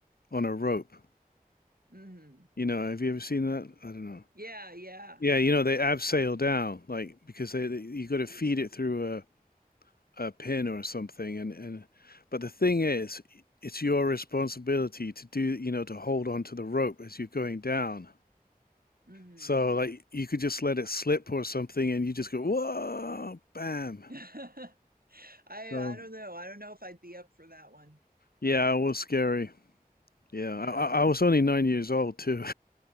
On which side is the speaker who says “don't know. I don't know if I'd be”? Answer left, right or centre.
Right